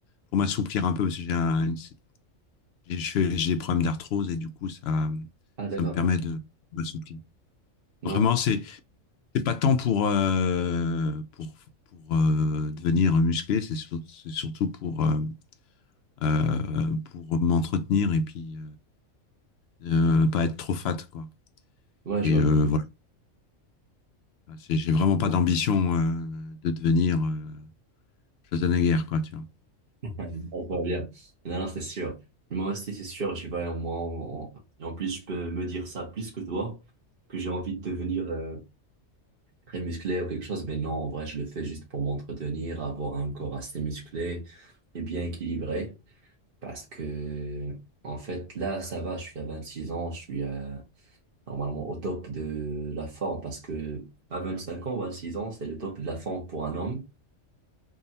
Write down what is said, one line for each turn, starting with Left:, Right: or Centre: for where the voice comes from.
Left: pour m'assouplir un peu parce que j'ai un, une- j'ai je fais- j'ai des problèmes d'arthrose et du coup ça,
Right: Ah, d'accord.
Left: ça me permet de m'assouplir.
Right: Non.
Left: Vraiment, c'est c'est pas tant pour euh, pour pour euh, devenir musclé, c'est sur- c'est surtout pour euh, euh, pour m'entretenir et puis euh, euh, pas être trop fat quoi.
Right: Ouais, je
Left: Et
Right: vois.
Left: euh, voilà, C'est- j'ai vraiment pas d'ambition euh, de devenir euh, Schwarzenegger quoi, tu vois.
Right: Ouais, non, pas bien. Non, non, c'est sûr. Moi aussi, c'est sûr, tu vas au moins. en- Et en plus, je peux me dire ça plus que toi, que j'ai envie de devenir euh, très musclé ou quelque chose. Mais non, en vrai, je le fais juste pour m'entretenir, avoir un corps assez musclé et bien équilibré. Parce que, en fait, là, ça va, je suis à 26 ans, je suis euh, normalement au top de la forme. Parce que à 25 ans, 26 ans, c'est le top de la forme pour un homme.